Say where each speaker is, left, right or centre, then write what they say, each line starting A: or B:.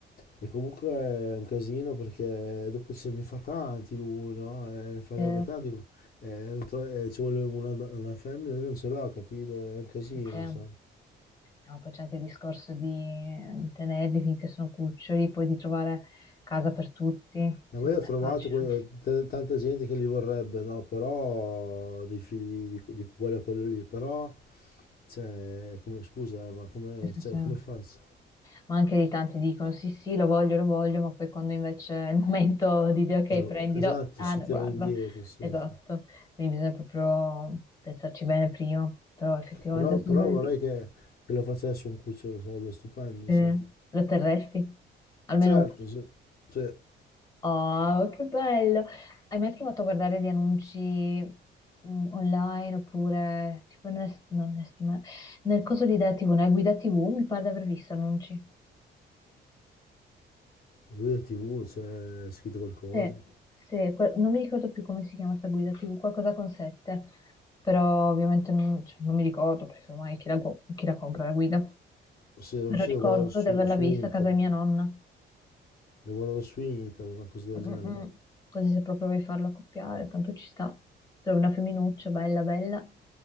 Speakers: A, on the left; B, on the left.
A: è comunque un casino perché dopo se ne fa tanti lui, no? Eh, ne farebbe
B: sì,
A: tanti, eh, non tro- eh, ci vuole una, una femmina, lui non ce l'ha, capito? È un casino,
B: sì, sì.
A: sai.
B: No, poi c'è anche il discorso di, di tenerli finché sono cuccioli, poi di trovare casa per tutti,
A: No,
B: se
A: ma
B: non
A: io ho trovato
B: è facile.
A: que- t- tanta gente che li vorrebbe, no? Però dei figli di, di quello a quello lì, però cioè, come, scusa, eh, ma come,
B: Sì, sì,
A: cioè,
B: sì. Ma
A: come faccio?
B: anche lì tanti dicono sì, sì, lo voglio, lo voglio, ma poi quando invece è il momento di dire ok,
A: Eh,
B: prendilo,
A: esatto,
B: ah
A: si
B: no,
A: tira
B: guarda,
A: indietro, sì,
B: esatto.
A: sì.
B: Quindi bisogna proprio pensarci bene prima, però effettivamente
A: Però, però
B: sono bellissimi.
A: vorrei che, che lo facesse un cucciolo, sarebbe stupendo,
B: Sì.
A: sì.
B: Lo terresti? Almeno
A: Certo,
B: uno.
A: sì. Cioè,
B: Oh, che bello! Hai mai provato a guardare di annunci mh, online oppure tipo nel, non nel, stima- nel coso di Idea TV, nella guida TV? Mi pare di aver visto annunci.
A: lui è TV, cioè, è scritto qualcosa.
B: Sì, sì, que- non mi ricordo più come si chiama sta guida TV, qualcosa con sette, però ovviamente non, cioè, non mi ricordo perché ormai chi la, gu- chi la compra la guida.
A: Se forse
B: Però ricordo
A: devo guardare su,
B: di averla
A: su
B: vista
A: internet,
B: a casa di mia nonna.
A: devo guardare su internet, una cosa del
B: Mm,
A: genere.
B: mm. Così se proprio vuoi farlo accoppiare, tanto ci sta. Trovi una femminuccia bella bella